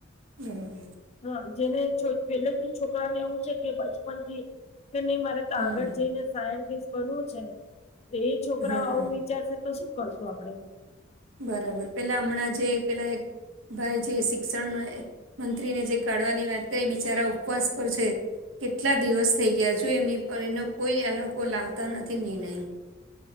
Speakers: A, on the right; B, on the left.
A: બરાબર
B: હા જેને પેલેથી છોકરા ને એવું છે કે બચપન થી કે નહી મારે
A: હમ
B: આગળ જઈને સાયન્ટિસ બનવું છે તો એ છોકરા
A: હા
B: આવું ચાલશે તો શું કરશું આપડે
A: બરાબર પેલા હમણાં જે પેલા ભાઈ જે શિક્ષણ મંત્રીને જે કાઢવાની વાત કરી બિચારા ઉપવાસ પર છે કેટલા દિવસ થઈ ગયા છું એમની પર એનો કોઈ આ લોકો લાવતા નથી નિર્ણય